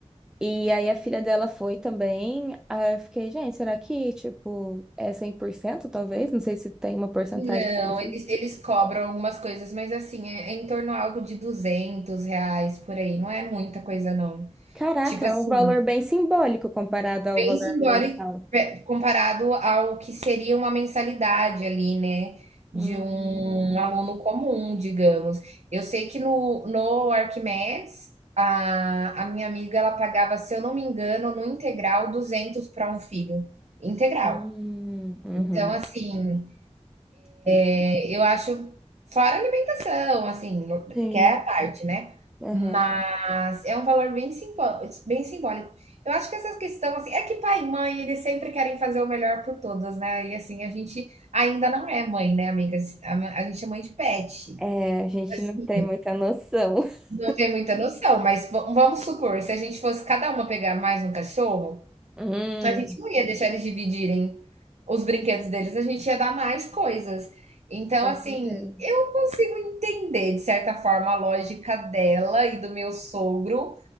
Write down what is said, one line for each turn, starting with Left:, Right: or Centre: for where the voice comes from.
Centre: E aí a filha dela foi também. Aí eu fiquei, gente, será que, tipo, é 100%, talvez? Não sei se tem uma porcentagem
Right: Não,
Centre: específica.
Right: eles, eles cobram umas coisas, mas assim, é, é em torno a algo de 200 reais por aí. Não é muita coisa, não.
Centre: Caraca,
Right: Tipo assim.
Centre: é um valor bem simbólico comparado ao
Right: bem
Centre: valor
Right: simbólico
Centre: mensal.
Right: pe- comparado ao que seria uma mensalidade ali, né?
Centre: Hum,
Right: De um aluno comum, digamos. Eu sei que no, no Arquimedes, a, a minha amiga, ela pagava, se eu não me engano, no integral, 200 para um filho. Integral.
Centre: hum, uhum.
Right: Então, assim,
Centre: É.
Right: é, Eu acho fora a alimentação, assim,
Centre: Sim,
Right: porque é a parte, né,
Centre: aham.
Right: mas é um valor bem simbo bem simbólico. Eu acho que essa questão, assim é que pai e mãe, eles sempre querem fazer o melhor por todos, né, e assim, a gente ainda não é mãe, né, amigas, a ma a gente é mãe de pet,
Centre: É,
Right: e
Centre: a gente
Right: assim,
Centre: não tem muita noção. <laughs>
Right: não tem muita noção, mas va vamos supor, se a gente fosse cada uma pegar mais um cachorro,
Centre: Hum,
Right: a gente não ia deixar eles dividirem os brinquedos deles, a gente ia dar mais coisas. Então,
Centre: Com
Right: assim,
Centre: certeza.
Right: eu consigo entender, de certa forma, a lógica dela e do meu sogro,